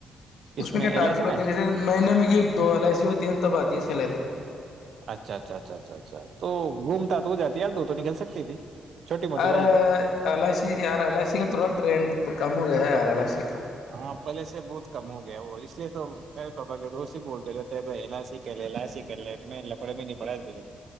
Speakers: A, on the right; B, on the left.
A: ہے
B: اس میں کیا
A: ایل
B: ٹارگیٹ
A: آئی سی میں
B: ہوتے ہیں جیسے نئے نئے میں کی دو ایل آئی سی ہوتی ہیں تب آتی ہے سیلری
A: اچھا اچھا اچھا اچھا اچھا تو گھومتا تو وہ جاتی یا تو تو نکل سکتی تھی چھوٹی موٹی
B: ار
A: والی تو
B: اللائسی یار اللائسی کا تھوڑا ٹریڈ ا کم ہو گیا ہے ار ال س
A: ہاں پہلے سے بہت کم ہو گیا وہ تو میرے پاپا کے دوست ہی بولتے رہتے ہیں ب سیکھ لے ل سیک کر لے میں لکڑے میں نہیں پڑایاے